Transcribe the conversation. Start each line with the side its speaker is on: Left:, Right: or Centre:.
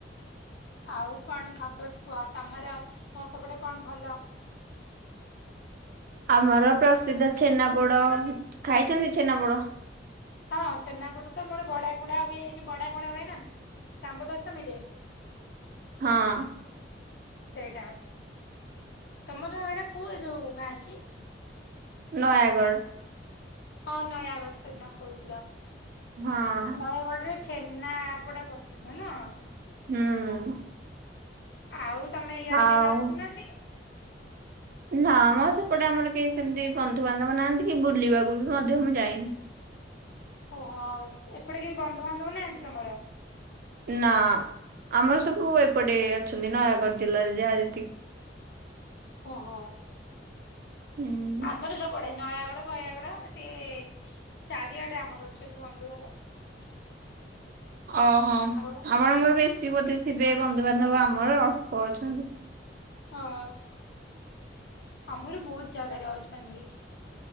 Left: ଆଉ କଣ ଖବର କୁଅ ତମର ତ ସେପଟେ କଣ ଭଲ
Right: ଆମର ପ୍ରସିଦ୍ଧ ଛେନାପୋଡ଼ ଖାଇଛନ୍ତି ଛେନାପୋଡ?
Left: ହଁ ଛେନାପୋଡ଼ ତ ମୋର ବଡା କୁଡା ହୁଏ ଏ ଜଉ ବଡା କୁଡା ହୁଏ ନା ସାମ୍ବ ଦଶମୀରେ। <unintelligible>
Right: ହଁ।
Left: ସେଇଟା ତମର ଏଇଟା କୋଉ ଯୋଉ ଗାଁ କି?
Right: ନୟାଗଡ଼।
Left: ହଁ ନୟାଗଡ଼ ସେଦିନ କହୁଥିଲ
Right: ହଁ
Left: ନୟାଗଡରେ ଛେନାପୋଡ଼ ପ୍ରସିଦ୍ଧ ନୁହଁ?
Right: ହୁଁ।
Left: ଆଉ ତମେ ଇଆଡେ
Right: ଆଉ
Left: କେବେ ଆସୁନାହାନ୍ତି?
Right: ନା ମ ସେପଟେ ଆମର କେହି ସେମିତି ବନ୍ଧୁବାନ୍ଧବ ନାହାନ୍ତି କି ବୁଲିବାକୁ ବି ମଧ୍ୟ ମୁଁ ଯାଇନି।
Left: ଓହୋ ଏପଟେ କେହି ବନ୍ଧୁବାନ୍ଧବ ନାହାନ୍ତି ତମର?
Right: ନା ଆମର ସବୁ ଏପଟେ ଅଛନ୍ତି ନୟାଗଡ ଜିଲ୍ଲାରେ ଯାହା ଯେତିକି
Left: ଓହୋ।
Right: ହୁଁ
Left: ଆମର ସବୁଆଡ଼େ ନୟାଗଡ଼ ଫୟାଗଡ଼ ସିଏ ଚାରିଆଡ଼େ ଆମର ଅଛନ୍ତି ବନ୍ଧୁ ଘର।
Right: ଓହୋ ଆପଣଙ୍କର
Left: ଆଉ
Right: ବେଶୀ ବୋଧେ ଥିବେ ବନ୍ଧୁବାନ୍ଧବ ଆମର ଅଳ୍ପ ଅଛନ୍ତି।
Left: ହଁ। ଆମର ବହୁତ ଜାଗାରେ ଅଛନ୍ତି।